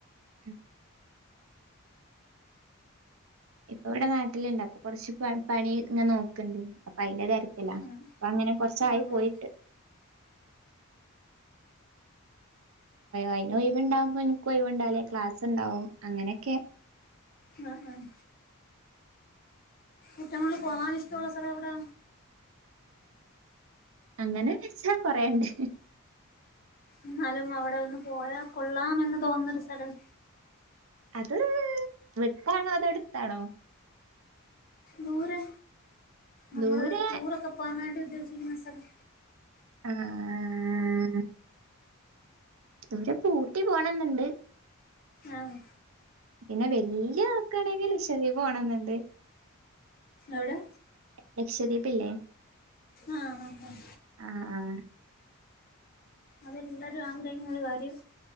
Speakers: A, on the right; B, on the left.
A: ഉം ഇപ്പൊ ഇവിടെ നാട്ടിലുണ്ട് അപ്പൊ കൊറച്ച് പണി ഇങ്ങനെ നോക്കണ്ട് അപ്പൊ അയിന്റെ തിരക്കിലാ
B: ഉം
A: അപ്പൊ അങ്ങനെ കൊറച്ചായി
B: ആഹ്
A: പോയിട്ട്
B: ആഹ്
A: അയിന് ഒഴിവ്ണ്ടാവുമ്പോ ഇനിക്ക് ഒഴിവുണ്ടാവില ക്ലാസ് ഇണ്ടാവും അങ്ങനെയൊക്കെ
B: ആഹ് ആഹ് ഏറ്റവും കൂടുതൽ പോവാൻ ഇഷ്ടമുള്ള സ്ഥലം എവിടാ
A: അങ്ങനെ ചോയിച്ചാ കൊറേണ്ട്
B: എന്നാലും അവിടെ ഒന്ന് പോയാൽ കൊള്ളാമെന്ന് തോന്നുന്നൊരു സ്ഥലം
A: അത് വിട്ടാണോ അതോ അടുത്താണോ
B: ദൂരെ നമ്മള്
A: ദൂരെ
B: ടൂറൊക്കെ പോവാൻ വേണ്ടി ഉദ്ദേശിക്കുന്ന സ്ഥലം
A: ആഹ് ദൂരെ ഇപ്പൊ ഊട്ടി പോണന്ന്ണ്ട്
B: ആഹ്
A: പിന്നെ വല്യ നോക്കാണെങ്കിൽ ലക്ഷദ്വീപ് പോണംന്ന്ണ്ട്
B: എവിടെ
A: ലക്ഷദ്വീപ് ഇല്ലേ
B: ആഹ് ആഹ്
A: ആഹ് ആഹ്
B: അതെല്ലാരും ആഗ്രഹിക്കുന്ന ഒരു കാര്യം